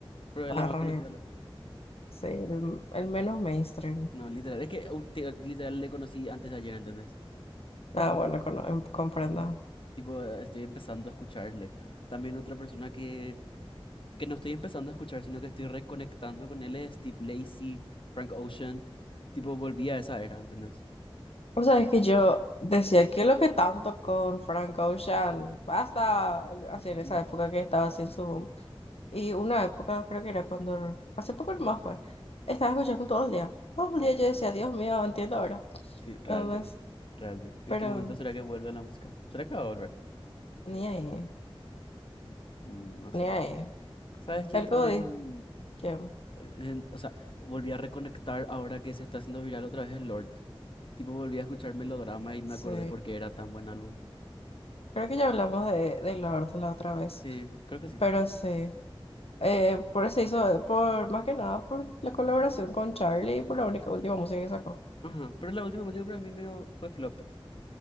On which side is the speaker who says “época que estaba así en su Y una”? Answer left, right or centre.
Left